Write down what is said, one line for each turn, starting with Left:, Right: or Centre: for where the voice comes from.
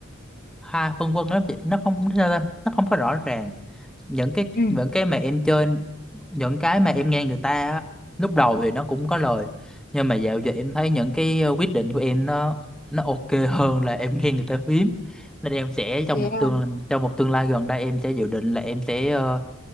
Centre: ha phân vân lắm chị nó không sao ta nó không có rõ ràng những cái
Left: Ừ,
Centre: những cái mà em chơi những cái mà em nghe người ta á lúc đầu thì nó cũng có lời nhưng mà dạo giờ em thấy những cái ờ, quyết định của em nó nó ok hơn là em nghe người ta phím nên em sẽ trong
Left: thế
Centre: một
Left: à?
Centre: tương trong một tương lai gần đây em sẽ dự định là em sẽ ờ,